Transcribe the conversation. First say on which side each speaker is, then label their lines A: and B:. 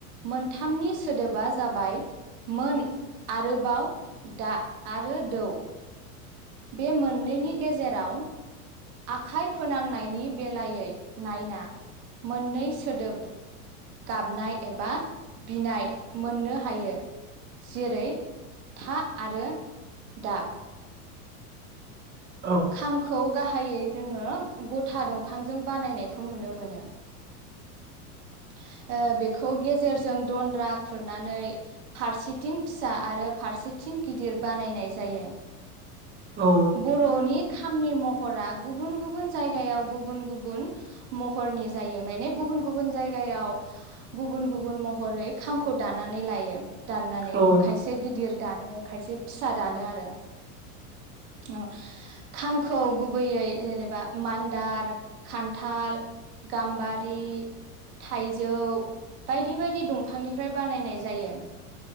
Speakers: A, on the right; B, on the right.
A: मोनथामनि सोदोबा जाबाय मोन आरोबाव दा आरो दौ बे मोननैनि गेजेराव आखाइ फोनांनायनि बेलायै नायना मोननै सोदोब गाबनाय एबा बिनाय मोननो हायो जेरै था आरो दाब
B: औ
A: खामखौ गाहायै जोङो गथा दंफांजों बानायनायखौ नुनो मोनो <unintelligible> ओ बेखौ गेजेरजों दन्द्रा खुरनानै फारसेथिं फिसा आरो फारसे थिं गिदिर बानायनाय जायो
B: औ
A: बर'नि खामनि म हर आ गुबन गुबुन जाय गुबुन गुबुन महनि जायो माने गुबुन गुबुन जायगा गुबुन गुबुन महरै खामखौ दानानै लायो दाननानै
B: औ
A: खायसे गिदिर दानो खायसे फिसा दानो आरो अ खामखौ गुबैयै जेनेबा मान्दार खान्थाल गाम्बारि थाइजौ बायदि बायदि दंफांनिफ्राय बानायनाय जायो